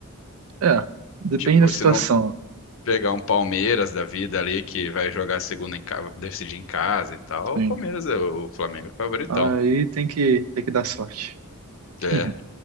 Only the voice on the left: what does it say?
Tipo,
se não pegar um Palmeiras da vida ali que vai jogar a segunda em casa, decidir em casa e tal,
o Palmeiras é o Flamengo é favoritão.
É.